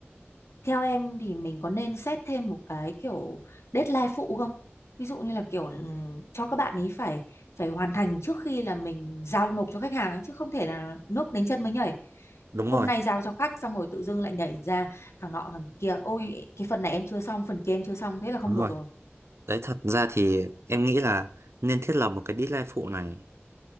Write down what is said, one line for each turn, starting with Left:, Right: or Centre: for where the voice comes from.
Left: Theo em thì mình có nên xét thêm một cái kiểu deadline phụ không? Ví dụ như là kiểu ừm, cho các bạn ấy phải phải hoàn thành trước khi là mình giao nộp cho khách hàng ấy chứ không thể là nước đến chân mới nhảy.
Right: đúng
Left: Hôm
Right: rồi,
Left: nay giao cho khách xong rồi tự dưng lại nhảy ra thằng nọ thằng kia, ôi cái phần này em chưa xong, phần kia em chưa xong thế là không
Right: đúng
Left: được
Right: rồi.
Left: rồi.
Right: Đấy thật ra thì em nghĩ là nên thiết lập một cái deadline phụ này.